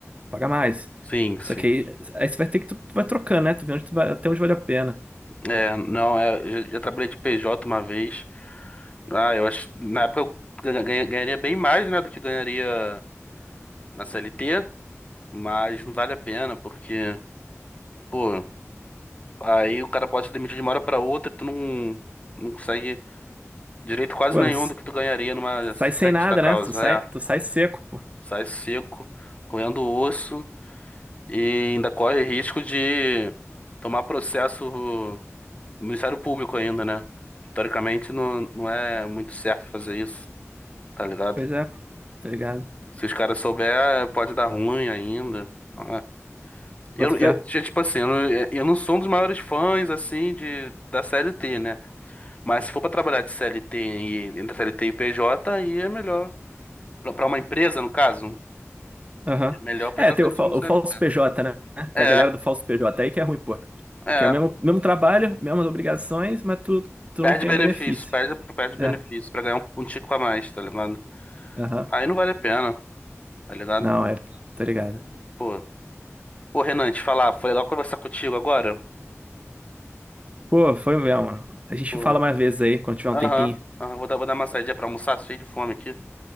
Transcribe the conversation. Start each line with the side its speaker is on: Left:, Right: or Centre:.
Right: paga mais.
Left: Sim, sim.
Right: Só que aí, aí você vai ter que, tu, tu vai trocando, né? Tu vê onde tu vai, até onde vale a pena.
Left: É, não, é, eu já, já trabalhei de PJ uma vez. Ah, eu acho, na época eu ganha- ganha- ganharia bem mais, né, do que ganharia na CLT, mas não vale a pena, porque. pô Aí o cara pode ser demitido de uma hora pra outra, tu não, não consegue direito quase
Right: Mano,
Left: nenhum do que tu ganharia numa
Right: sai sem
Left: justa
Right: nada,
Left: causa.
Right: né? Tu sai,
Left: É,
Right: tu sai seco, pô.
Left: sai seco, roendo o osso e ainda corre risco de tomar processo do Ministério Público ainda, né? Teoricamente não, não é muito certo fazer isso, tá ligado?
Right: Pois é, pô. Tá ligado?
Left: Se os caras souber, pode dar ruim ainda. Ah, Eu,
Right: Bota
Left: eu,
Right: fé.
Left: tipo assim, eu, não- eu não sou um dos maiores fãs, assim, de, da C L T né? Mas se for para trabalhar de CLT e entre CLT e PJ, aí é melhor. Para uma empresa, no caso,
Right: Aham.
Left: é melhor prestar
Right: É, tem
Left: serviço
Right: o, fal-
Left: como CLT.
Right: o falso PJ, né?
Left: É,
Right: Tem a galera do falso PJ aí que é ruim, pô.
Left: é.
Right: Que é o mesmo, mesmo trabalho, mesmas obrigações, mas tu, tu
Left: Perde
Right: não tem
Left: benefício,
Right: o benefício.
Left: perde, perde benefício
Right: É.
Left: para ganhar um, um tico a mais, tá ligado?
Right: Aham.
Left: Aí não vale a pena, tá ligado?
Right: Não, é. Tá ligado.
Left: Pô, pô, Renan, te falar, foi legal conversar contigo agora.
Right: Pô, foi mesmo, mano. A gente
Left: Foi.
Right: fala mais vezes aí, quando tiver um
Left: Aham,
Right: tempinho.
Left: aham, vou dar, vou dar uma saidinha pra almoçar, cheio de fome aqui.